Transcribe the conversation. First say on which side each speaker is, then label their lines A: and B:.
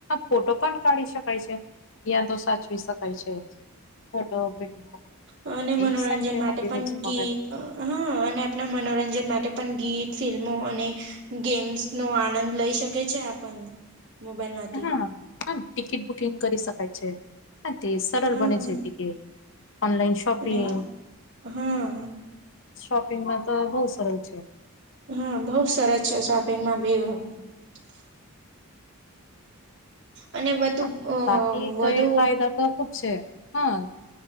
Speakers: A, on the left; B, on the right.
A: ફોટો પણ કાઢી શકાય છે ત્યાં તો સાચું શકાય છે ફોટો વિડીયો
B: અ અને મનોરંજન
A: એ સારી મેમોરી
B: માટે પણ
A: રહે છે
B: ગીત
A: મોબાઈલમાં
B: હા અને આપણા મનોરંજન માટે પણ ગીત ફિલ્મો અને ગેમ્સનો આનંદ લઈ શકે છે આપન મોબાઈલમાંથી.
A: હા હા, ટિકિટ બુકિંગ કરી શકાય છે, હા, તે સરળ
B: હમ
A: બને છે ટિકિટ, ઓનલાઈન શ શોપિંગ,
B: અને હા
A: શોપિંગમાં તો બહું સરળ છે.
B: હા બહું સરસ છે શોપિંગમાં બી અહ <inaudible> અને વધુ
A: હા, બાકી
B: વધુ
A: ગેરફાયદા તો ખુબ છે. હા,